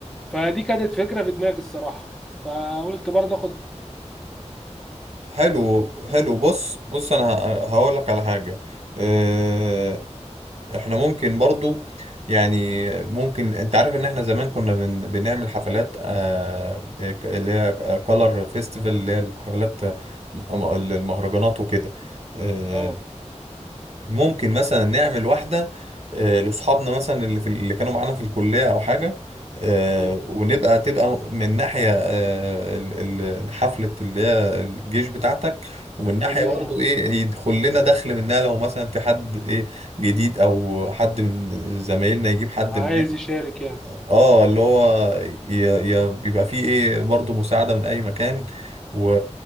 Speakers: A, in the centre; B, on the right (about 55°).
A: فدي كانت فكره في دماغي الصراحه فقلت برضه اخد
B: حلو حلو بص بص انا هقول لك على حاجه اه، احنا ممكن برضو يعني ممكن انت عارف ان احنا زمان كنا بن... بنعمل حفلات اه، ك- اللي هي كولر فيستيفال اللي هي الحفلات آه، م- المهرجانات وكده آه،
A: اه
B: ممكن مثلا نعمل واحدة آه، لأصحابنا مثلا اللي في اللي كانوا معانا في الكلية أو حاجة آه،
A: مم.
B: ونبقى تبقى من ناحية آه، ال- ال- حفلة اللي هي الجيش بتاعتك ومن
A: تفعيليه
B: ناحية برضه
A: يعني
B: إيه يدخل لنا دخل منها لو مثلا في حد إيه جديد أو حد من زمايلنا يجيب حد
A: عايز
B: معاه
A: يشارك يعني
B: اه اللي هو ي- ي- بيبقى فيه ايه برضه مساعدة من اي مكان و...